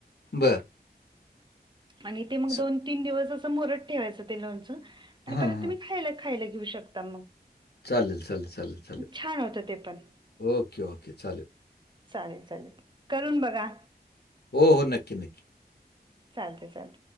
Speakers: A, on the left; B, on the right.
A: बरं.
B: आणि ते मग
A: स
B: दोन तीन दिवस असं, मुरत ठेवायचं ते लोणचं. आणि
A: हां,
B: परत तुम्ही
A: हां.
B: खायला खायला घेऊ शकता मग.
A: चालेल चालेल चालेल चालेल.
B: छान होत ते पण.
A: Okay, okay. चालेल.
B: चालेल चालेल. करून बघा.
A: हो हो. नक्की नक्की.
B: चालत चालतं.